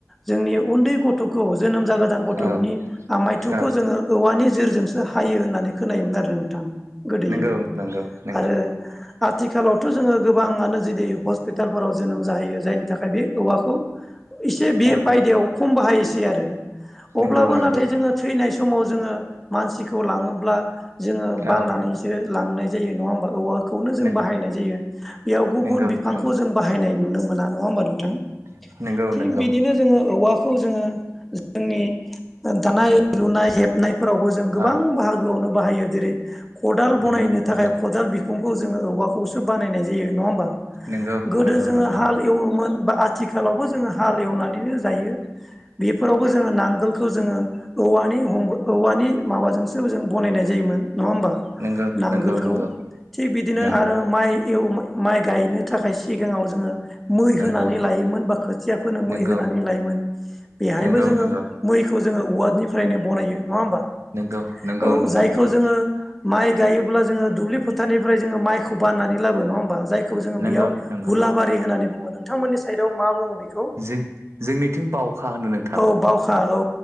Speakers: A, in the centre; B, on the right.
A: जोंनि उन्दै गथ'खौ जोनोम जागोदान गथ'नि
B: औ
A: आमायथुखौ
B: औ
A: जोङो औवानि जोरजों हायो होननानै खोनायोमोन आरो नोंथां गोदोयो
B: नोंगौ नोंगौ नोंगौ
A: आरो आथिखालाव थ' जोङो गोबाङानो जुदि हस्पिटालफोराव जोनोम जाहैयो जायनि थाखाय बे औवाखौ, एसे बे
B: औ
A: बायदायाव खम बाहायसै आरो
B: नोंगौ
A: अब्लाबो
B: नोंगौ
A: नाथाय जोङो थैनाय समाव, जोङो मानसिखौ लाङोब्ला जोङो बाननानैसो
B: औ
A: लांनाय जायो नङा होमबा औवाखौनो जों
B: नोंगौ
A: बाहायनाय, जायो बेयाव गुबुन
B: नोंगौ
A: बिफांखौ
B: नोंगौ
A: जों बाहायनाय नुनो मोना नङा होमबा नोंथां,
B: नोंगौ नोंगौ
A: थिग
B: नोंगौ
A: बिदिनो जोङो औवाखौ जोङो, जोंनि दानाय लुनाय हेब नायफोरावबो जों गोबां
B: औ
A: बाहागोआवनो बाहायो जेरै खदाल
B: नोंगौ
A: बनायनो
B: नोंगौ
A: थाखाय खदाल बिखुंखौ जोङो औवाखौसो बानायनाय जायो नङा होमबा
B: नोंगौ
A: गोदो
B: नोंगौ
A: जोङो हाल एवोमोन बा आथिखालावबो जोङो हाल एवनानैनो जायो। बेफोरावबो जोङो नांगोलखौ जोङो। औवानि औवानि माबाजोंसो जों बानायनाय जायोमोन नङा होमबा
B: नोंगौ
A: नांगोलखौ
B: नोंगौ नोंगौ
A: थिग बिदिनो
B: नंगौ
A: आरो माइ एव माइ गायनो थाखाय सिगाङाव जोङो। मै
B: नंगौ
A: होनानै लायोमोन बा खोथियाफोरनो मै
B: नंगौ
A: होनानै लायोमोन बेहायबो
B: नंगौ
A: जोङो
B: नंगौ
A: मैखौ, जोङो वार्डनिफ्रायनो बनायो नङा होमबा
B: नंगौ नंगौ
A: औ
B: नोंथां
A: जायखौ
B: नंगौ
A: जोङो, माइ गायोब्ला जोङो दुब्लि फोथारनिफ्राय जोङो माइखौ बाननानै लाबो नङा होमबा जाय, जोङो
B: नंगौ
A: बेयाव
B: नंगौ
A: हुलाबारि होननानै बुङो नोंथांमोननि साइडआव मा बुङो। बिखौ
B: जों जोंनिथिं बावखा होनो नोंथां
A: औ बावखा औ